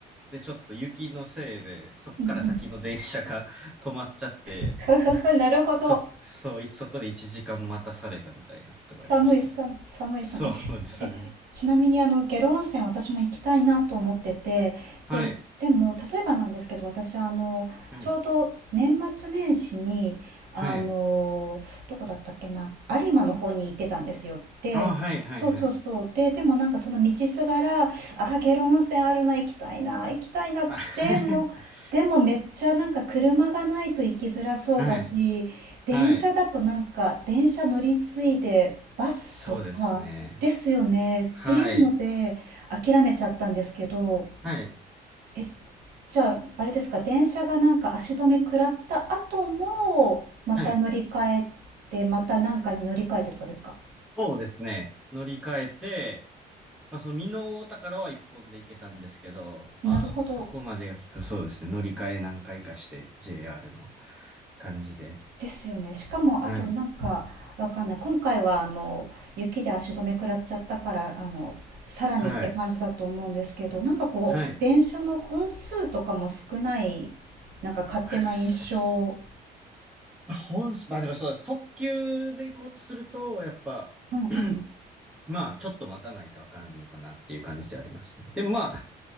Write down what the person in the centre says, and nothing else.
でちょっと雪のせいで、そっから先の電車が
<laughs> 止まっちゃって、
そ、そう、いそこで1時間待たされたみたいなことがありましたね。
そうですね。
はい。
はい。
はい。
あ、はい、はい、
はい。
あ
<laughs>
はい。
はい。
そうですね。はい。はい。
はい。
そうですね。乗り換えて、まあ、その美濃太田からは一本で行けたんですけど、まあ、
そこまでが結構そうですね。乗り換え何回かして、JR の感じで。
はい。
はい。
はい。
あ、すまあ、本、まあ、でもそうです。特急で行こうとすると、やっぱ、
<clears throat> まあ、ちょっと待たないとあかんのかなっていう感じでありますね。でもまあ、